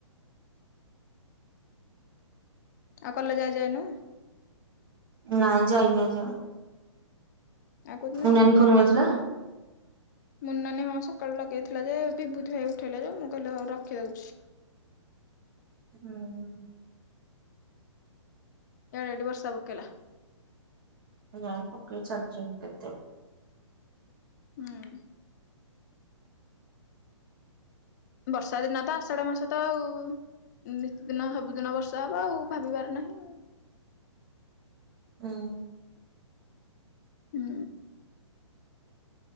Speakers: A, on the left; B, on the right.
A: ଆଉ କଲେଜ ଆଜ୍ ଯାଇନୁ?
B: ନାଇଁ ଯାଇନି ଆଜି ଆଉ।
A: ଆଉ କୋଉଦିନ ଯିବୁ?
B: ନାନୀ ଫୋନ କରିଥିଲା?
A: ମୁନନାନୀ ହଁ ସକାଳୁ ଲଗେଇଥିଲା ଯେ ବିଭୁତି ଭାଇ ଉଠେଇଲା ଯୋଉ ମୁଁ କହିଲେ ହୋଉ ରଖିଦୋଉଚି।
B: ହୁଁ।
A: ୟାଡ଼େ ଏଡ଼େ ବର୍ଷ ପକେଇଲା।
B: ଏ ଗାଁରେ ପକେଇ ଚାଲଚି କେତେଳୁ।
A: ହୁଁ। ବର୍ଷାଦିନ ତ ଆଷାଢ ମାସ ତ ଆଉ ନିତିଦିନ ସବୁଦିନ ବର୍ଷା ହବ ଆଉ ଭାବିବାର ନାହିଁ। ଆଉ
B: ଉଁ।
A: ହୁଁ।